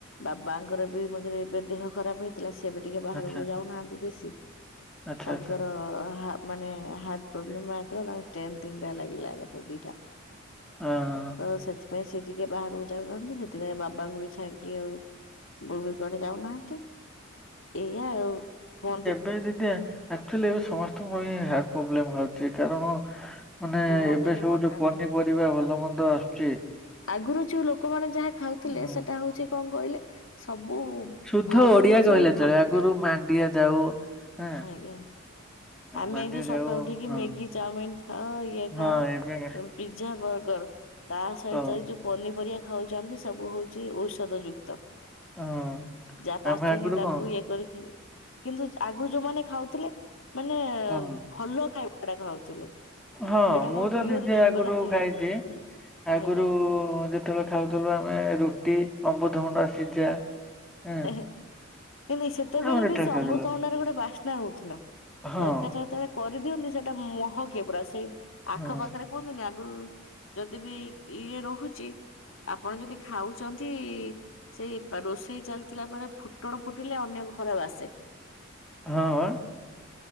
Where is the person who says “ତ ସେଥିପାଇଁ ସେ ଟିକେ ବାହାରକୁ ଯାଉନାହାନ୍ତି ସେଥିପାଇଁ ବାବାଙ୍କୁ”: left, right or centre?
Left